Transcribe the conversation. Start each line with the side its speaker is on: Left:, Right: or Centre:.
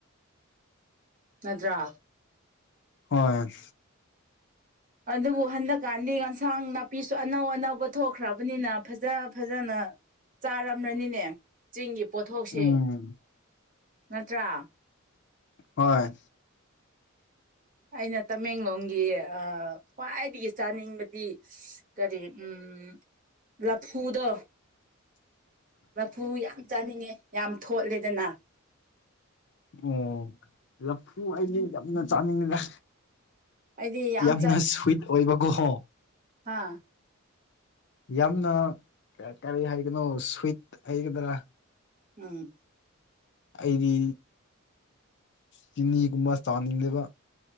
Right: ꯅꯗ꯭ꯔꯥ
Left: ꯍꯣꯏ
Right: ꯑꯗꯨꯕꯨ ꯍꯟꯗꯛꯀꯥꯟꯗꯤ ꯑꯦꯟꯁꯥꯡ ꯅꯥꯄꯤꯁꯨ ꯑꯅꯧ ꯑꯅꯧꯕ ꯊꯣꯛꯈ꯭ꯔꯕꯅꯤꯅ ꯐꯖ ꯐꯖꯅ ꯆꯥꯔꯝ꯭ꯔꯅꯤꯅꯦ ꯆꯤꯡꯒꯤ ꯄꯣꯠꯊꯣꯛꯁꯤꯡ
Left: ꯎꯝ
Right: ꯅꯠꯇ꯭ꯔꯥ
Left: ꯍꯣꯏ
Right: ꯑꯩꯅ ꯇꯃꯦꯡꯂꯣꯡꯒꯤ ꯑ ꯈ꯭ꯋꯥꯏꯗꯒꯤ ꯆꯥꯅꯤꯡꯕꯗꯤ ꯀꯔꯤ ꯎꯝ ꯎꯝ ꯔꯐꯨꯗꯣ
Left: <inaudible>
Right: ꯂꯐꯨ ꯌꯥꯝ ꯆꯥꯅꯤꯡꯉꯦ ꯌꯥꯝ ꯊꯣꯠꯂꯦꯗꯅ
Left: ꯑꯣ ꯂꯐꯨ ꯑꯩꯗꯤ ꯌꯥꯝꯅ ꯆꯥꯅꯤꯡꯉꯤꯗ
Right: ꯑꯩꯗꯤ ꯌꯥꯝ
Left: ꯌꯥꯝꯅ ꯁ꯭ꯋꯤꯠ ꯑꯣꯏꯕꯒꯣꯍꯣ
Right: ꯍꯥꯥ
Left: ꯌꯥꯝꯅ ꯀ ꯀꯔꯤ ꯍꯥꯏꯒꯅꯣ ꯁ꯭ꯋꯤꯠ ꯍꯩꯒꯗ꯭ꯔꯥ
Right: ꯎꯝ
Left: ꯑꯩꯗꯤ ꯆꯤꯅꯤꯒꯨꯝꯕ ꯆꯥꯅꯤꯡꯗꯦꯕ